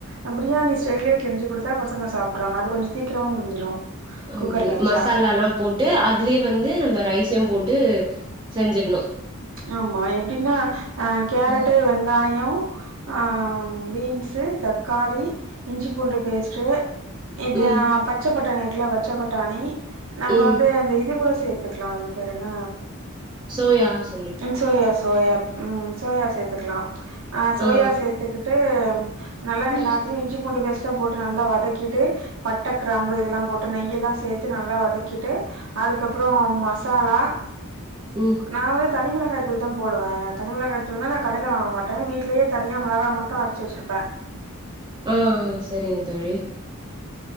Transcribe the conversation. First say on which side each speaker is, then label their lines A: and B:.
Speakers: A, on the right; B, on the right.
A: அ பிரியாணி ஸ்டைல்லே செஞ்சு குடுத்தா பசங்க சாப்ட்ருவாங்க அது கொஞ்ச சீக்கிரமா முடிஞ்சிரு
B: அப்டி
A: குக்கர்ல வச்சா
B: மசாலாலா போட்டு அதுலயே வந்து நம்ப ரைஸையு போட்டு செஞ்சர்ணு
A: ஆமா எப்டினா அ கேரட்டு
B: ஆ
A: வெங்காயோ ஆ பீன்ஸு தக்காளி இஞ்சி பூண்டு பேஸ்ட்டு இது
B: ம்
A: பச்ச பட்டாணி இருக்குல பச்ச பட்டாணி நம்ம
B: ம்
A: வந்து அந்த இது கூட சேத் த்துக்கலா அது பேர் என்ன
B: சோயாஸ்
A: ம் சோயா சோயா ம் சோயா சேத்துக்கலா அ சோயா
B: ஆ
A: சேத்துக்கிட்டு நல்லா
B: ம்
A: எல்லாத்தயு இஞ்சி பூண்டு பேஸ்ட்லா போட்டு நல்லா வதக்கிட்டு பட்ட கிராம்பு இதெல்லா போட்டு நெய்ய எல்லா சேத்து நல்லா வதக்கிட்டு அதுக்கப்புறோ மசாலா
B: ம்
A: நா தனிமிளகாய் தூள் தா போடுவ தனிமிளகாய்தூள்னா நா கடைல வாங்க மாட்டே வீட்லயே தனியா மிளகா மட்டு அரச்சு வச்சிருப்ப
B: அ அ சரிங்க தோழி